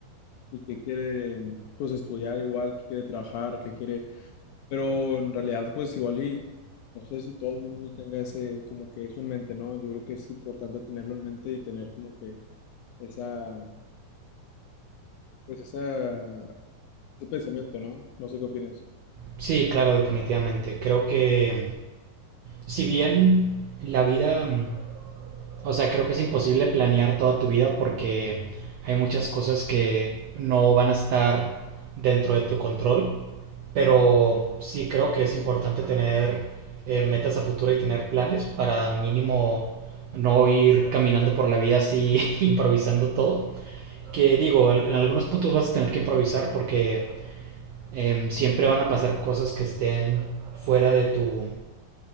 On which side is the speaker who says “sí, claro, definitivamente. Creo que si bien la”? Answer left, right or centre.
Right